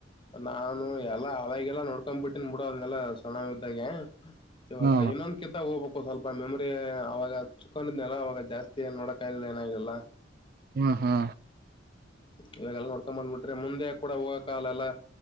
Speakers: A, on the left (about 25°); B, on the right (about 50°).
A: ನಾನು ಎಲ್ಲಾ ಅವಾಗಲ್ಲ ನೋಡ್ಕೊಂಡ್ ಬಿಿಟ್ಟನ್ಿ ಬಿಡ ಅದ್ನೆಲ್ಲ ಸಣಂಗ ಇದ್ದಾಗ. ಇವಾಗ
B: ಹಾ
A: ಇನ್ನೊಂದ ಕಿತ್ತ ಹೋಗಬ ಸ್ವಲ್ಪ ಮೆಮರಿ ಅವವಾಗ ಚುಕ್ಕೊಂಡಿದ್ನಲ್ಲ ಅವವಾಗ ಜಾಸ್ತಿ ನೋಡಕ್ಿಲ್ಲ ಏನಾಗ್ಲಿಲ್ಲ.
B: ಹ್ಮ್ ಹಾ
A: ಇವಾಗೆಲ್ಲ ನೋಡ್ಕೊಂಡ ಬಂದ್ಬಿಟ್ರಿ ಮುಂದೆ ಕೂಡ ಹೋಗೋಕ್ಕ ಅಲ್ಲೆಲ್ಲ.